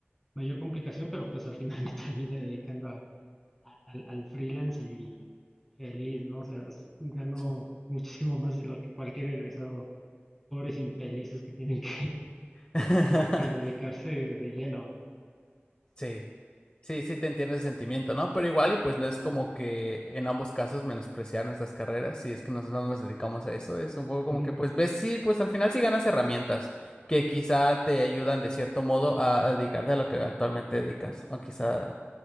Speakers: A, in the centre; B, on the left.
A: mayor complicación, pero pues al final <laughs> me terminé dedicando a- a- al, al freelance y feliz, ¿no? O sea, s- gano
B: Sí.
A: muchísimo más de lo que cualquier egresado, pobres infelices que tienen que, <laughs>
B: <laughs>
A: que- que dedicarse de lleno.
B: Sí, sí, sí te entiendo el sentimiento, ¿no? Pero igual y pues no es como que en ambos casos menospreciar nuestras carreras, si es que nosotros no nos dedicamos a eso, es un poco como
A: Ujú.
B: que pues ves, sí, pues al final sí ganas herramientas que quizá te ayudan de cierto modo a, a dedicarte a lo que actualmente dedicas, o quizá